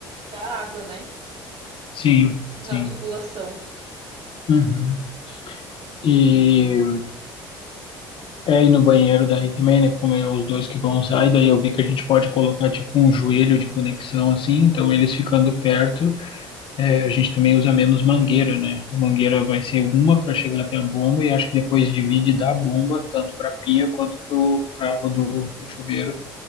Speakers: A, on the right; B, on the left.
A: da água, né?
B: Sim, sim.
A: Na tubulação.
B: Uhum. E É, e no banheiro daí também, né? Como é os dois que vão usar, e daí eu vi que a gente pode colocar tipo um joelho de conexão assim, então eles ficando perto, é, a gente também usa menos mangueira, né? A mangueira vai ser uma para chegar até a bomba e acho que depois divide da bomba, tanto para pia quanto pro, pra água do pro chuveiro.